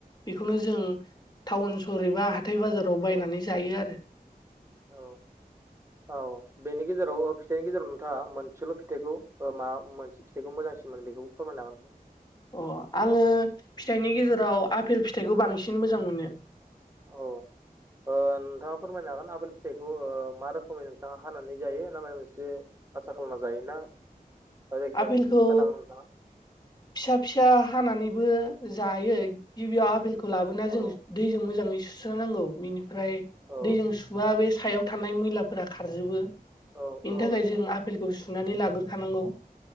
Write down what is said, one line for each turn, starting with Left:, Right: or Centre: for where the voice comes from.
Left: बिखौनो जों टाऊन बोरैबा हाथथाय बाजाराव बायनानै
Right: औ
Left: जायो आरो।
Right: औ औ बेनि गेजेराव फिथाइनि गेजेराव नोंथाङा मोनसेल' फिथाइखौ मा मोनसे फिथाइखौ मोजांसिनमोन बेखौ फोरमाय <inaudible>
Left: अ आङो फिथाइनि गेजेराव आफपेल फिथाइखौ बांसिन मोजां मोनो।
Right: औ। ओ नोंथाङा फोरमायनो हागोन आबोल फिथाइखौ मा रोखोमै नोंथाङा हानानै जायो नामा मोनसे आसा खालामना जायोना दा जायखिजाया
Left: आफपेलखौ
Right: खिथानो हागोन नोंथाङा
Left: फिसा फिसा हानानैबो जायो गिबियाव आपेलखौ लाबोना
Right: औ
Left: जों दैजों मोजाङै सु सुस्रोनांगौ बेनिफ्राय
Right: औ
Left: दैजों सुबा बे सायाव थानाय मैलाफोरा खारजोबो।
Right: औ
Left: बेनि
Right: औ
Left: थाखाय जों
Right: नोंथां
Left: आफपेलखौ सुनानै लाग्रोखानांगौ।